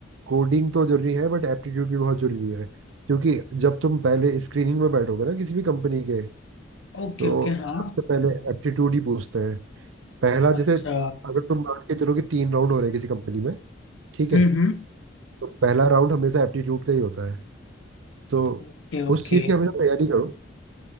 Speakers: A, on the right; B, on the left.
A: कोडिंग तो जरूरी है बट एप्टीट्यूड भी बहुत जरूरी है क्योंकि जब तुम पहले स्क्रीनिंग में बैठोगे ना किसी भी कंपनी के
B: ओके
A: तो
B: ओके हाँ
A: सबसे पहले एप्टीट्यूड ही पूछते हैं पहला
B: अच्छा
A: जैसे अगर तुम मान के चलो कि तीन राउंड हो रहे हैं किसी कंपनी में ठीक है
B: हम्म हम्म
A: तो पहला राउंड हमेशा एप्टीट्यूड का ही होता है तो
B: Okay
A: उस
B: okay
A: चीज़ की हमेशा तैयारी करो